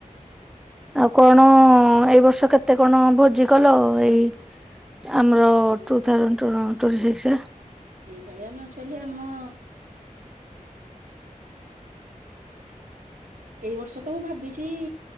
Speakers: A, in the centre; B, on the right (about 75°).
A: ଆଉ କଣ ଏଇ ବର୍ଷ କେତେ କଣ ଭୋଜି କଲ ଏଇ ଆମର
B: ଏଇ
A: ଟୁ ଥାଉଜେଣ୍ଡ ଟୋ <unintelligible> ପ୍ରୋସେସ ରେ।
B: ଏଇପାଳିଆ ମାଚଲି ଆମ ଏଇ ବର୍ଷ ତ ମୁଁ ଭାବିଚି